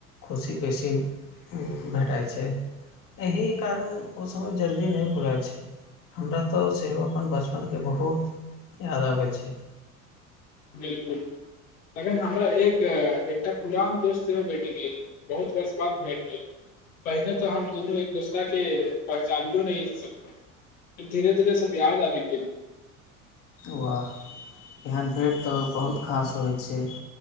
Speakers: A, on the left (about 50°); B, on the left (about 70°).
A: खुशी बेसी भेटाय छै एहि कारण ओ समय जल्दी नहि भुलाय छै हमरा तऽ सेहो अपन बचपनके बहुत याद आबै छै
B: बिल्कुल तखन हमरा एक एकटा पुरान दोस्त सेहो भेट गेल बहुत वर्ष बाद भेंट भेल पहिने तऽ हम दुनू एक दोसरा के पहचानियो नहि सकलौ धीरे धीरे सब याद आब आबि गेल
A: वाह एहन भेंट तऽ बहुत खास होइत छै